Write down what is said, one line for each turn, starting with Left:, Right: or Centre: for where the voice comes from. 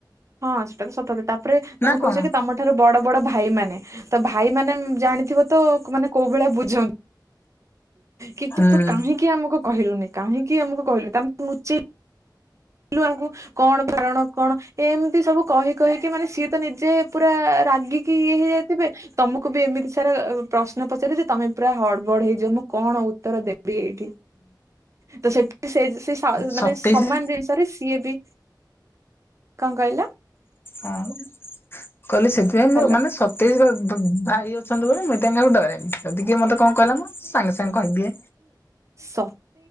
Right: ହଁ ସେଟା ତ ସତରେ। ତାପରେ ତମେ
Left: ନା
Right: କହୁଛ
Left: କଣ?
Right: କି ତମ ଠାରୁ ବଡ ବଡ ଭାଇ ମାନେ ତ ଭାଇ ମାନେ ଜାଣିଥିବ ତ ମାନେ କୋଉ ଭଳିଆ ବୁଝନ୍ତୁ କି
Left: ହୁଁ
Right: କି ତୁ କାହିଁକି ଆମକୁ କହିଲୁନି କାହିଁକି ଆମକୁ କହିଲୁ ତା <unintelligible> କୁ ଆମକୁ କଣ କାରଣ କଣ ଏ ଏମିତି ସବୁ କହି କହିକି ମାନେ ସିଏ ତ ନିଜେ ପୁରା ରାଗିକି ଇଏ ହେଇଯାଇଥିବେ, ତମକୁ ବି ଏମିତି ସାରା ପ୍ରଶ୍ନ ପଚାରେ ଯେ ତମେ ପୁରା ହଡବଡ ହେଇଯିବ ମୁଁ କଣ ଉତ୍ତର ଦେବି ଦେବି ଏଇଠି। ତ ସେ ସେ ସେ ମାନେ
Left: ସତେଇଶି
Right: <unintelligible> ସମାନ ଯେ ସିଏ ବି କଣ କହିଲା?
Left: ହଁ। କହିଲେ ସେଥିପାଇଁ ମୋର
Right: ହ୍ୟାଲୋ
Left: ମାନେ ସତେଇଶର ଭାଇ ଅଛନ୍ତି ବୋଲି ମୁଇଁ ତାଙ୍କୁ ଡରେ। ଟିକେ ମୋତେ କଣ କହିଲା ମାନେ ମୁ ସାଙ୍ଗେ ସାଙ୍ଗେ କହିଦିଏ।
Right: ସ